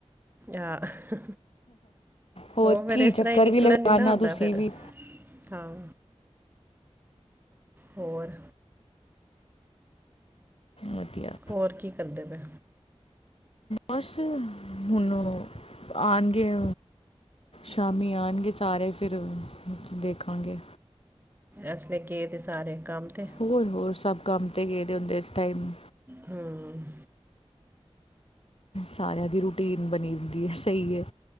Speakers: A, on the right; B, on the left.
A: ਆਹ!
B: ਹੋਰ
A: ਉਹ ਫਿਰ
B: ਕੀ
A: ਇਸ
B: ਚੱਕਰ
A: ਤਰ੍ਹਾਂ ਹੀ ਨਿਕਲਣ
B: ਵੀ ਲਗਾਣਾ
A: ਨਾ ਨਈ ਹੁੰਦਾ
B: ਤੁਸੀਂ
A: ਫਿਰ
B: ਵੀ
A: ਹਾਂ ਹੋਰ!
B: ਵਧੀਆ।
A: ਹੋਰ ਕੀ ਕਰਦੇ ਪਏ?
B: ਬਸ ਹੁਣ ਉਹ ਆਉਣਗੇ। ਸ਼ਾਮੀ ਆਉਣਗੇ ਸਾਰੇ ਫਿਰ ਦੇਖਾਂਗੇ।
A: ਇਸ ਲਈ ਗਏ ਤਾਂ ਸਾਰੇ ਕੰਮ ਤੇ।
B: ਹੋਰ-ਹੋਰ ਸਭ ਕੰਮ ਤੇ ਗਏ ਹੁੰਦੇ ਆ ਇਸ ਟਾਈਮ।
A: ਹੂੰ,,,
B: ਸਾਰਿਆਂ ਦੀ ਰੂਟੀਨ ਬਣੀਦੀ ਹੁੰਦੀ ਸਹੀ ਹੈ।